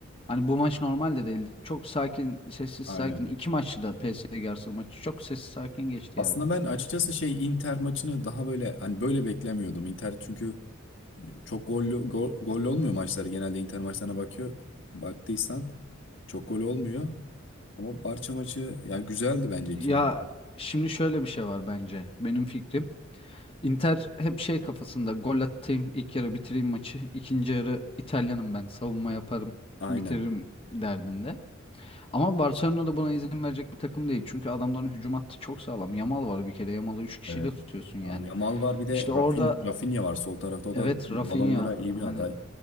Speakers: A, on the left; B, on the left.
A: Hani bu maç normal de değildi. Çok sakin, sessiz
B: Aynen.
A: sakin. İki maçtı da PSG Arsenal maçı. Çok sessiz sakin geçti
B: Aslında
A: yani.
B: ben açıkçası şey Inter maçını daha böyle hani böyle beklemiyordum. Inter çünkü çok gollü gol, gollü olmuyor maçları. Genelde Inter maçlarına bakıyor. Baktıysan çok gol olmuyor. Ama Barça maçı yani güzeldi bence iki
A: Ya
B: maç.
A: şimdi şöyle bir şey var bence. Benim fikrim. Inter hep şey kafasında gol atayım, ilk yarı bitireyim maçı. ikinci yarı İtalyanım ben, savunma yaparım,
B: Aynen.
A: bitiririm derdinde. Ama Barcelona da buna izin verecek bir takım değil. Çünkü adamların hücum hattı çok sağlam. Yamal var bir kere. Yamal'ı 3 kişiyle
B: Evet.
A: tutuyorsun yani.
B: Aa, Yamal var bir de
A: İşte orada
B: Rafin, Rafinha var sol tarafta. O
A: evet
B: da Ballon
A: Rafinha
B: d'Or'a iyi bir
A: hani
B: aday.